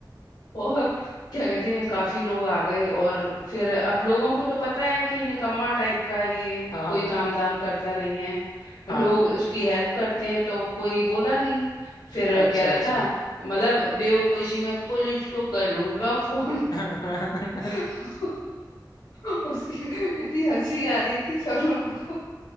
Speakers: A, on the left; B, on the left.
A: और क्या कहते हैं काफी लोग आ गए और फिर अब लोगों को तो पता है कि निकम्मा टाइप का है ये
B: हाँ
A: कोई काम दाम करता नहीं है
B: हाँ
A: लोग उसकी हेल्प करते हैं तो कोई बोला नहीं फिर
B: अच्छा
A: कह रहा
B: अच्छा
A: था मतलब बेहोशी में पुलिस को करूंगा फोन
B: <laughs>
A: <laughs> उसकी इतनी हंसी आ रही थी सब लोगों को